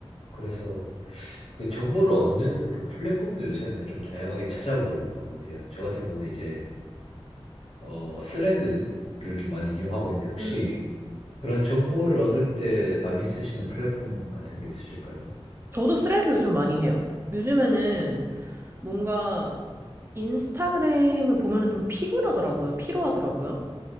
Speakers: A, on the left; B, on the right.
A: 그래서 그 정보를 얻는 그 플랫폼도 요새는 좀 다양하게 찾아보고 있는 것 같아요. 저 같은 경우는 이제 어 스레드를 좀 많이 이용하고 있는데 혹시
B: 음.
A: 그런 정보를 얻을 때 많이 쓰시는 플랫폼 같은 게 있으실까요?
B: 저도 스레드 요즘 많이 해요. 요즘에는 뭔가 인스타그램을 보면은 좀 피곤하더라고요. 피로하더라고요.